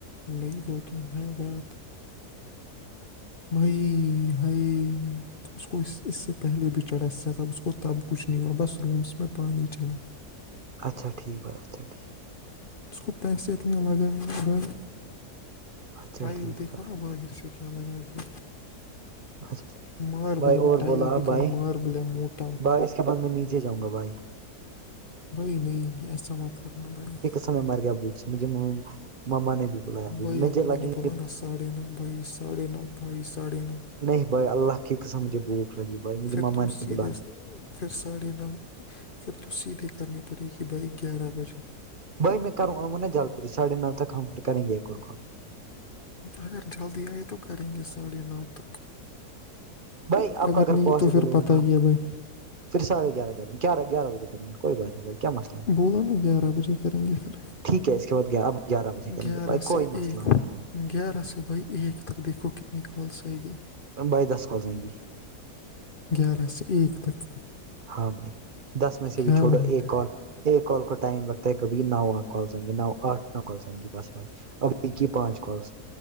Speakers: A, on the left; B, on the right.
A: نہیں وہ تو ہے بات بھئی ہےئی تو اس کو اس اس سے پہلے بھی چڑھا اس سب اس کو تب کچھ نہیں ہوا بس رومس میں پانی چڑھا
B: اچھا ٹھیک ہے اچھا ٹھیک
A: اس کو پیسے اتنے لگائے بھائی
B: اچھا
A: ٹائل
B: ٹھیک
A: دیکھو
B: بھائی
A: نا باہر سے کیا لگا کے
B: اچھا ٹھیک
A: ماربل
B: بھائی اور
A: ٹائل
B: بولا آپ
A: بھی ک
B: بھائی
A: ماربل موٹ
B: بھائی اس کے بعد میں نیچے جاؤں گا بھائی
A: بھائی نہیں ایسا مات کرنا بھائی
B: سے مار گیا بکس مجھے ماما نے بھی بلایا
A: بھائی
B: مجھے
A: آپ کو میں
B: لگی
A: نے بولا نا ساڑھے ن بھائی ساڑھے ن بھائی ساڑھے ن
B: نہیں بھائی اللہ کی قسم مجھے بھوک لگی بھائی مجھے
A: پھر
B: ماما
A: تم
B: نے
A: سیدھے
B: بولا
A: س- پھر ساڑے ن پھر تس یہ تو کرنی پڑے کہ بائی گیارہ بجے
B: بھائی میں کروں آؤںا نا جلدی ساھے نو تک ہمھر کریں گے ایک اور کال
A: اگر جلدی آئے تو کریں گے ساڑھے نو تک
B: بھائی آپ
A: اگر
B: کا
A: نہیں
B: پاسبل
A: تو پھر
B: ہوگا
A: پتہ
B: نا
A: ہی
B: آپ
A: ہے بھائی
B: پھر سڑھے گیار کریں گیہ گیار بجےیں گےئی بات نہیں بھائی کیا مسئلہ ہے
A: بولا نا گیارہ بجے کریں گے پھر
B: ٹھیک ہے اس کے بع گیارہ گیارہ بجے کریں
A: گیارہ
B: گے بھائی کوئی
A: سے
B: مسئلہ
A: ایک
B: نہیں
A: گیارہ س بائی ایک تک دیکھو کتنی کال س آ گی
B: بائی داس ک جائیں گی
A: گیارہ سے ایک تک
B: ہاں بھائی دس میں سے بھی
A: کیا
B: چھوڑو
A: بولتے
B: ایک کال ایک کال کو ٹائم لگتا ہے کبھی نو کالائیں گے نو آٹھ نو کالس آئیں گی بس بھائی ا کی پانچ کالس